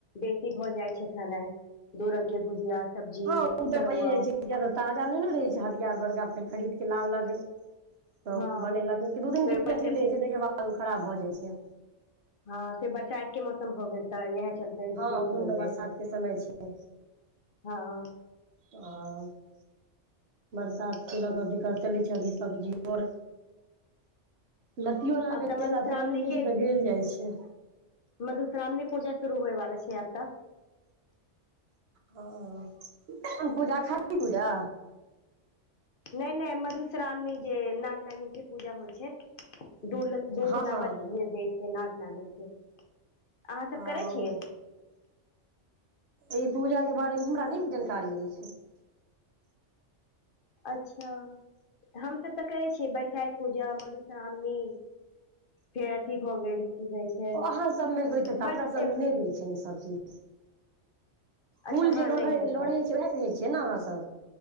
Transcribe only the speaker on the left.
बेसी भऽ जाइ छै खेनाइ दू रंग के भुजिया सब्जी
तरुआ
हँ
फेर
ऊपर
से
हँ बरसात के मौसम खत्म भ गेल तऽ इएह चलते
बेसी
बन
जाइ
छै
हँ
आब
तऽ
मधुश्रावणी
मधुश्रामनी पूजा शुरू होइ वला छै आब तऽ
नहि नहि मधुश्रावणी जे नाग नागिन के पूजा होइ छै दुध दूध
लावा
दै छै नाग नागिन के अहाँ सब
करै छियै
अच्छा हमसभ तऽ करै छियै बरसाइत पूजा मधुश्रावणी फेर अथी भऽ गेल की कहै छै
बड
से
अच्छा
हँ
नहि होइत
हैत